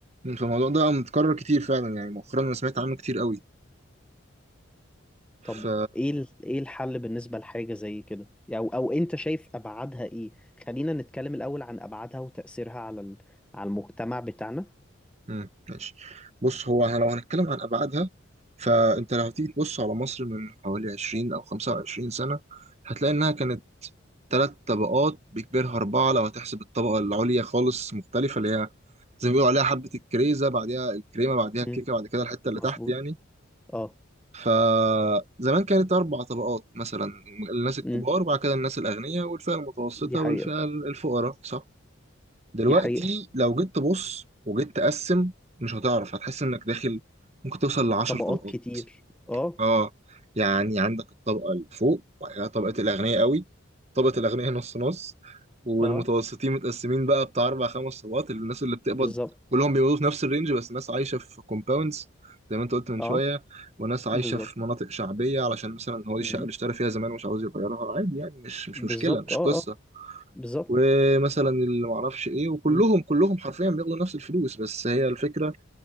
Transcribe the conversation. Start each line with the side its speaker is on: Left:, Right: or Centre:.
Right: فالموضوع ده متكرر كتير فعلا يعني مؤخرا انا سمعت عنه كتير قوي ف
Centre: طب ايه ال- ايه الحل بالنسبة لحاجة زي كده او او انت شايف ابعادها ايه خلينا نتكلم الاول عن ابعادها وتأثيرها على ال... على المجتمع بتاعنا
Right: امم ماشي بص هو احنا لو هنتكلم عن ابعادها فانت لو هتيجي تبص على مصر من حوالي 20 او 25 سنه هتلاقي انها كانت ثلاث طبقات بكبرها اربعه لو هتحسب الطبقه العليا خالص مختلفه اللي هي زي ما بيقولوا عليها حبه الكريزه بعديها الكريمه بعديها الكيكه
Centre: امم
Right: بعد كده الحته اللي
Centre: مظبوط
Right: تحت يعني
Centre: اه
Right: فزمان كانت اربع طبقات مثلا الناس الكبار
Centre: امم
Right: وبعد كده الناس الاغنياء والفئه المتوسطه
Centre: دي حقيقة
Right: والفئه الفقراء صح دلوقتي
Centre: دي حقيقة
Right: لو جيت تبص وجيت تقسم مش هتعرف هتحس انك داخل ممكن توصل لعشر
Centre: طبقات
Right: طبقات
Centre: كتير اه
Right: اه يعني عندك الطبقة اللي فوق وبعد كده طبقة الأغنياء قوي طبقة الأغنياء نص نص والمتوسطين
Centre: اه
Right: متقسمين بقى بتاع أربع خمس طبقات الناس اللي بتقبض
Centre: بالظبط
Right: كلهم بيقبضوا في نفس الرينج بس ناس عايشة في كومباوندز زي ما أنت قلت من
Centre: اه
Right: شوية وناس عايشة
Centre: بالظبط
Right: في مناطق شعبية علشان مثلا هو دي الشقة
Centre: امم
Right: اللي اشترى فيها زمان ومش عاوز يغيرها عادي يعني مش مش
Centre: بالظبط
Right: مشكلة مش
Centre: اه
Right: قصة
Centre: اه بالظبط
Right: ومثلا اللي معرفش ايه وكلهم
Centre: امم
Right: كلهم حرفيا بياخدوا نفس الفلوس بس هي الفكرة